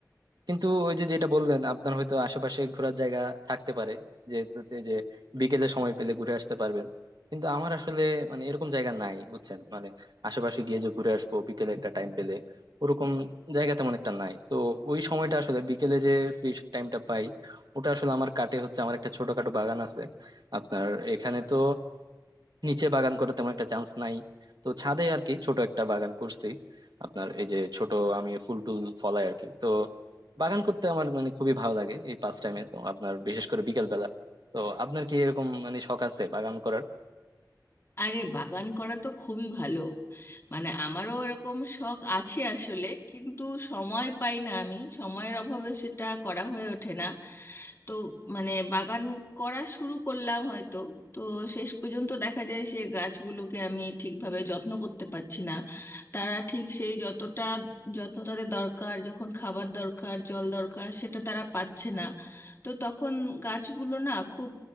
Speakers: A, on the right (about 75°); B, on the left (about 35°).
A: কিন্তু ওই যে যেটা বললেন আপনার হয়তো আশেপাশে ঘোরার জায়গা থাকতে পারে যে এই যে বিকেলে সময় পেলে ঘুরে আসতে পারবেন কিন্তু আমার আসলে মানে এরকম জায়গা নাই বুঝছেন মানে আশেপাশে গিয়ে যে ঘুরে আসবো বিকেলে একটা টাইম পেলে ওরকম জায়গা তেমন একটা নাই তো ওই সময়টা আসলে বিকেলে যে ফ্রি টাইমটা পাই ওটা আসলে আমার কাটে হচ্ছে আমার একটা ছোটখাটো বাগান আছে আপনার এখানে তো নিচে বাগান করার তেমন একটা চান্স নাই তো ছাদে আর কি ছোট একটা বাগান করছি আপনার এই যে ছোট আমি ফুল টুল ফলাই আর কি তো বাগান করতে আমার মানে খুবই ভালো লাগে এই পাঁচ টাইমে তো আপনার বিশেষ করে বিকেল বেলা তো আপনার কি এরকম মানে শখ আছে বাগান করার
B: আরে বাগান করা তো খুবই ভালো মানে আমারও এরকম শখ আছে আসলে কিন্তু সময় পাই না আমি সময়ের অভাবে সেটা করা হয়ে ওঠে না তো মানে বাগান করা শুরু করলাম হয়তো তো শেষ পর্যন্ত দেখা যায় সে গাছগুলোকে আমি ঠিকভাবে যত্ন করতে পারছি না তারা ঠিক সেই যতটা যত্ন তাদের দরকার যখন খাবার দরকার জল দরকার সেটা তারা পাচ্ছে না তো তখন গাছগুলো না খুব